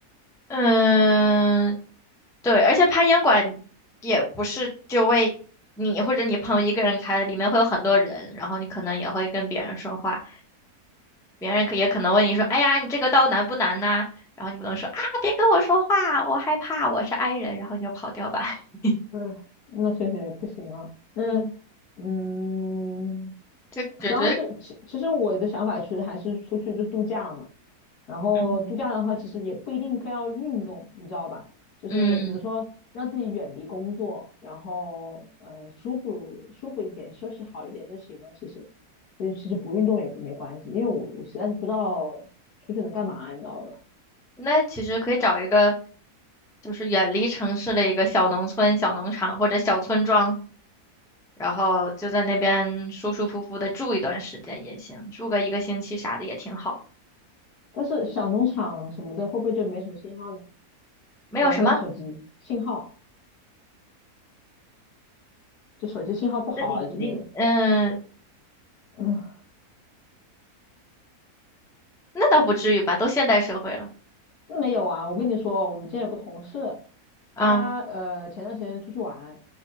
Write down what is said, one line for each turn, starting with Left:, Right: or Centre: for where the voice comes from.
Centre: 嗯，对，而且攀岩馆也不是就为你或者你朋友一个人开的，里面会有很多人，然后你可能也会跟别人说话，别人可也可能问你说：“哎呀，你这个道难不难呐？”然后你不能说啊，别跟我说话，我害怕，我是 i 人，然后你就跑掉吧。<laughs>
Left: 嗯，那确实也不行啊。那
Centre: 嗯，
Left: 嗯，
Centre: 这觉得
Left: 主要是其其实我的想法其实还是出去就度假嘛。然后度假的话，
Centre: 嗯
Left: 其实也不一定非要运动，你知道吧？就是比如说让自己远离工作，
Centre: 嗯。
Left: 然后呃舒服舒服一点，休息好一点就行了。其实，所以其实不运动也没关系，因为我我实在是不知道出去能干嘛，你知道吧？
Centre: 那其实可以找一个，就是远离城市的一个小农村、小农场或者小村庄，然后就在那边舒舒服服的住一段时间也行，住个一个星期啥的也挺好，
Left: 但是小农场什么的会不会就没什么信号呢？
Centre: 没有什么。
Left: 玩不了手机，信号。就手机信号不好啊之类的。
Centre: 那你你嗯，
Left: 嗯，
Centre: 那倒不至于吧，都现代社会了。
Left: 那没有啊，我跟你说，我们之前有个同事，
Centre: 嗯，
Left: 他呃前段时间出去玩，